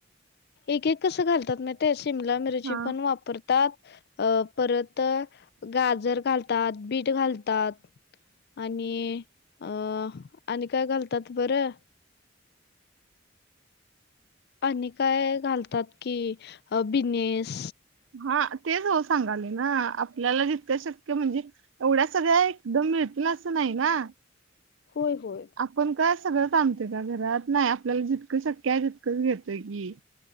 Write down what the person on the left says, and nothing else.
एक एक कसं घालतात, माहिते शिमला मिरची
पण वापरतात. अ परत गाजर घालतात, बीट घालतात. आणि अ आणि काय घालतात बरं? आणि काय घालतात की बिनेस.
होय होय.